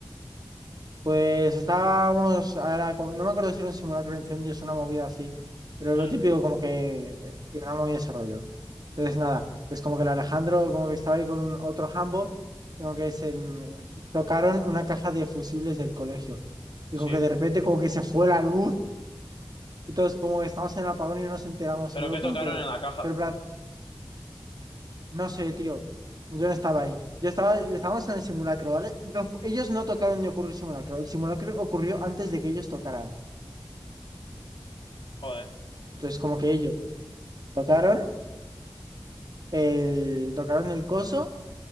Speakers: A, on the right; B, on the left.
A: Pues estábamos, ahora, co- no me acuerdo si era un simulacro de incendios o una movida así, pero
B: Mm,
A: lo típico como que eh, sí, una movida de ese rollo. Entonces nada, pues como que el Alejandro como que estaba ahí con otro jambo, como que se mm, tocaron una caja de fusibles del colegio. Y
B: sí.
A: como que de repente como que se fue la luz y todos como que estamos en el apagón y no nos enteramos
B: ¿Pero
A: y luego
B: qué
A: como
B: tocaron
A: que...
B: en la caja?
A: Pero No sé, tío. Yo no estaba ahí. Yo estaba, estábamos en el simulacro, ¿vale? No fu- ellos no tocaron ni ocurrió el simulacro. El simulacro ocurrió antes de que ellos tocaran.
B: Joder,
A: Entonces, como que ellos tocaron el, tocaron el coso